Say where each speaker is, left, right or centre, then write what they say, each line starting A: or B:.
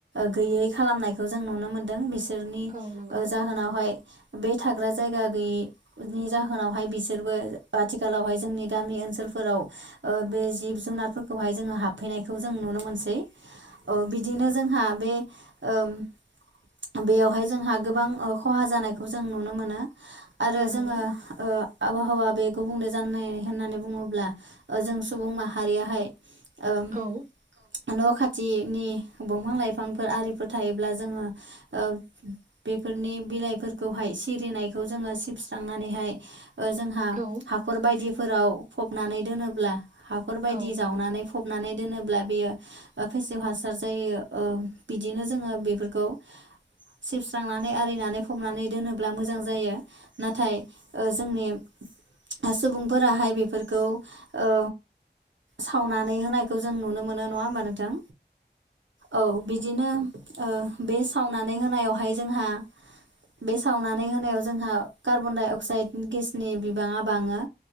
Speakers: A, on the right; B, on the right.
A: गैयै खालामनायखौ जों नुनो मोनदों बिस सोरनि
B: औ नंगौ
A: जाहोनावहाय बे थाग्रा जायगा गैयै नि जाहोनावहाय बिसोरबो आथिखालावहाय जोंनि गामि ओनसोलफोराव ओ बे जिब जुनारफोरखौहाय जोङो हाबफैनायखौ जों नुनो मोनसै औ बिदिनो जोंहा बे ओ ओम बेयावहाय जोंहा गोबां खहा जानायखौ जों नुनो मोनो आरो
B: औ नंगौ
A: जोङो ओ। आबहावा बे गुबुंले ज होननानै बुङोब्लाओ जों सुबुं माहारियाहाय ओं।
B: औ
A: न' खाथिनि बंफां लाइफांफोर आरिफोर थायोब्ला जोङो। ओग बेफोरनि बिलाइफोर खौहाय सिरिनायखौ जोङो सिबस्रांनानैहाय जोंहा
B: औ
A: हाखर बायदिफोराव फबनानै दोनोब्ला हाखरबायायदि
B: औ
A: जावनानै फबनानै दोनोब्ला बियो। फेसेव हासार जायो बिदिनो जोङो बेफोरखौ सिबस्रांनानै आरिनानै फब नानै दोनोब्ला मोजां जायो नाथाय जोंनि ओ सुबुंफोराहाय बेफोरखौ औ सावनानै होनायखौ जों नुनो मोनो नङा होमबा नोंथां। औ बिदिनो बे सावनानै होनायावहाय जोंहा बे सावनानै होनायाव जोंहा कार्बन डाइ अक्साइड गेसनि बिबाङा बाङो।